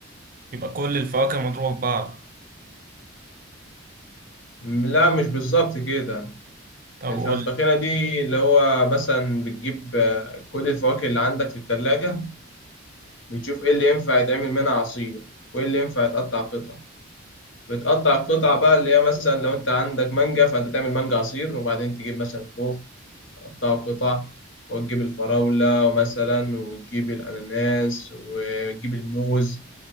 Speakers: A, on the right; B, on the left.
A: يبقى كل الفواكه مضروبه في بعض
B: لا مش بالظبط كده
A: طب
B: الفخفخيرة
A: قول لي
B: دي اللي هو مثلا بتجيب آه، كل الفواكه اللي عندك في التلاجة بتشوف ايه اللي ينفع يتعمل منها عصير وايه اللي ينفع يتقطع قطع بتقطع القطع بقى اللي هي مثلا لو انت عندك مانجا فانت تعمل مانجا عصير وبعدين تجيب مثلا خوخ تقطعه قطع وتجيب الفراولة مثلا وتجيب الأناناس وتجيب الموز